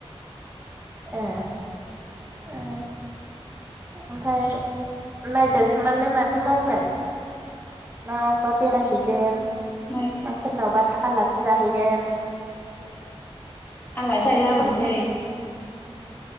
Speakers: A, on the right; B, on the left.
A: ए ओ ओमफ्राय माइ गायखांनानैलाय माथो मावगोन ना अबेबा बेरायहै गोन‌ ना
B: माइ
A: सोरनावबा था आलासि जाहैगोन?
B: आलासि जाहैलाबायसै